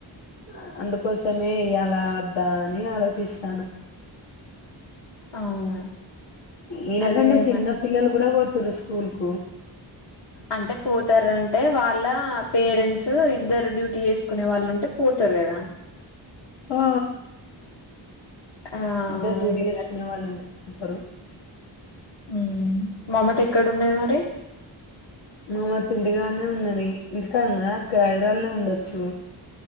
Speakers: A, on the left; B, on the left.
A: ఆ అందుకోసమే ఇయ్యాల వద్ద అని ఆలోచిస్తానా
B: అవునా
A: ఈయన
B: అదే
A: కంటే చిన్న
B: మరి
A: పిల్లలు కూడా పో తోరు స్కూల్ కు
B: అంటే పోతారు అంటే వాళ్ళ పేరెంట్స్ ఇద్దరు డ్యూటీ వేసుకునే వాళ్ళు ఉంటే పోతారు కదా
A: ఆ
B: ఆ
A: ఇద్దరు డ్యూటీ
B: ఇది
A: చేసుకునే
B: మరి
A: వాళ్ళు ఉంట <unintelligible>
B: యూ మమత ఎక్కడ ఉన్నాది మరి
A: మమతి ఇంటికానే ఉన్నది ఇంటికాడ ఉన్నదా అక్కడ హైదరాళ్ళనే హైదరాబాదులోనే ఉండొచ్చు